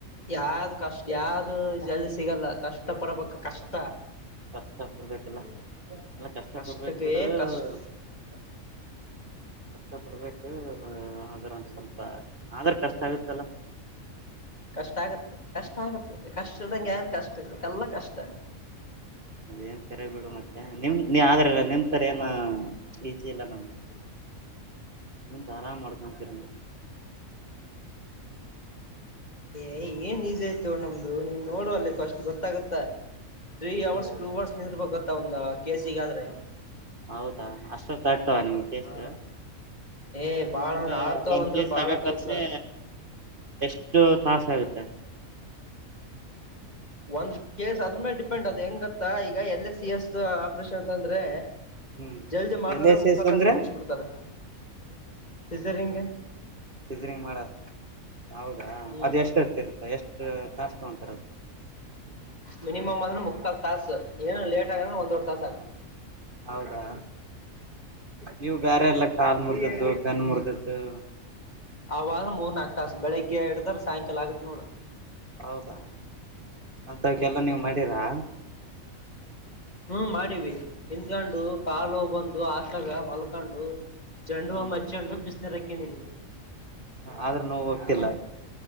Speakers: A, on the left; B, on the right.
A: ಯಾರದ್ದ ಕಷ್ಟ ಯಾವ್ದು ಜಲ್ದಿ ಸಿಗಲ್ಲ ಕಷ್ಟ ಪಡಬೇಕ ಕಷ್ಟ
B: ಕಷ್ಟ ಪಡ್ಬೇಕಲ್ಲ ಎಲ್ಲ ಕಷ್ಟ
A: ಕಷ್ಟಕ್ಕೆ
B: ಪಡ್ಬೇಕ್ ಬಿಡು
A: ಕಷ್ಟ
B: <unintelligible> ಕಷ್ಟ ಪಡ್ಬೇಕು ಅಂದ್ರ ಒಂದ ಸ್ವಲ್ಪ ಆದ್ರ ಕಷ್ಟ ಆಗುತ್ತಲ್ಲ
A: ಕಷ್ಟ ಆಗತ್ ಮತ್ತೆ ಕಷ್ಟ ಆಗತ್ ಮತ್ತೆ ಕಷ್ಟ ಇರ್ದಂಗೆ ಏನ್ ಕಷ್ಟ ಇರ್ಲಿ ಎಲ್ಲ ಕಷ್ಟ ಆಗ
B: ಅದೇನ್ ಕರೆ ಬಿಡು ಮತ್ತೆ ನಿಮ ನೀ ಆದ್ರಲ್ಲ ನಿಮ್ ತರ ಏನ ಈಸಿ ಇಲ್ಲ ನಮಗೆ ನಿಮ್ದ್ ಆರಾಮ್ ಮಾಡ್ಕೊಂತೀರಿ ನೀವು
A: ಎ ಏನ್ ಈಜಿ ಆಯ್ತು ನಮ್ದು ನೀನ್ ನೋಡು ಅಲ್ಲಿ ಫಸ್ಟ್ ಗೊತ್ತಾಗುತ್ತಾ ತ್ರೀ
B: ನೀವು
A: ಅವರ್ಸ್ ಟೂ ಅವರ್ಸ್ ನಿಂದ್ರುಬೇಕ್ ಗೊತ್ತಾ ಒಂದು್ ಕೆಸಿಗಾದ್ರೆ
B: ಹೌದಾ ಅಷ್ಟೊತ್ತ ಆಗ್ತಾವ ನಿಮ್ಗೆ ಕೇಸ್
A: ಹ
B: ಹಾ
A: ಏ ಬಾಳ
B: ಅಂದ್ರೆ
A: ಆಡ್ತಾವ
B: ಒಂದ
A: ಅಂದ್ರ
B: ಕೇಸ್
A: ಬಾಳ
B: ಆಗಕಂದ್ರೆ
A: ಕೆಲ್ಸ
B: ಎಷ್ಟು ತಾಸ ಆಗುತ್ತೆ ಹ್ಮ
A: ಒಂದ್ ಕೇಸ್ ಅದ್ರ ಮೇಲೆ ಡಿಪೆಂಡ್ ಅದ್ ಹೆಂಗತ್ತಾ ಈಗ L S C S operation ಅಂತಂದ್ರೆ
B: ಹ್ಮ್
A: ಜಲ್ದಿ ಮಾಡ್ರ
B: ಎಲ್
A: ಅಂದ್ರ
B: ಎಸ್
A: ಮುಕ್ಕಲತ್ತಾಸಗೆ
B: ಎಸ್ ಅಂದ್ರೆ
A: ಮುಗಸಿ ಬಿಡ್ತಾರ ಸೀಸರಿನ್ ಗೆ
B: ಸೀಸರಿನ್ ಮಾಡಕ್ ಹೌದಾ
A: ಹ್ಮ್
B: ಅದು ಎಷ್ಟಷ್ಟ ಇರುತ್ತ ಎಷ್ಟು ತಸ್ ತಗೊಂತರ
A: ಮಿನಿಮಮ ಅಂದ್ರು ಮುಕ್ಕಾಲ ತಾಸು ಏನ ಲೇಟ್ ಆಗ ಒಂದವರೆ ತಾಸು ಆಗ
B: ಹೌದಾ ನೀವು ಬೇರೆಲ್ಲ ಕಾಲ್ ಮುರಿದದ್ದು ಬೆನ್ ಮುರಿದ್ದು
A: ಅವಾದ್ರ ಮೂರ್ ನಾಕ್ ತಾಸ ಬೆಳಗ್ಗೆ ಇಡುದ್ರೆ ಸಾಯಂಕಾಲ ಆಗತ್ ನೋಡು
B: ಹೌದಾ ಅಂತವ್ಕ್ಕೆಲ್ಲ ನೀವು ಮಾಡೀರಾ
A: ಹ್ಮ್ ಮಾಡಿವವಿ ನಿಂಕೊಂಡು ಕಾಲು ಬಂದು ಹಾಸ್ಟೇಲಾಗ್ ಮಲ್ಕೊಂಡು ಜಂಡೂಬಾಂಬ್
B: ಹ್ಮ್
A: ಹಚ್ಚಕೊಂಡು ಬಿಸ್ನೆರ್ ಅಕೊಂಡೀವಿ
B: ಆದ್ರ ನೋವ್ ಹೋಗ್ತಿಲ್ಲ